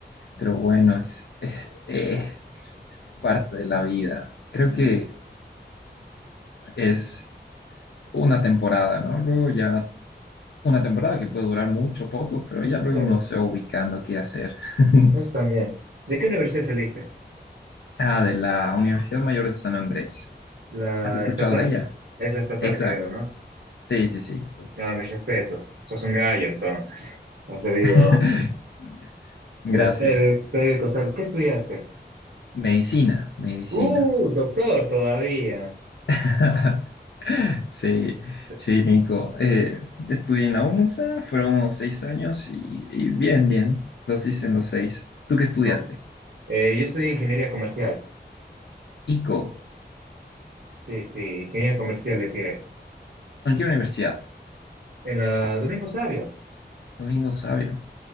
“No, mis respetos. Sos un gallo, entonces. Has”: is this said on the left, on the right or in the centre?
Right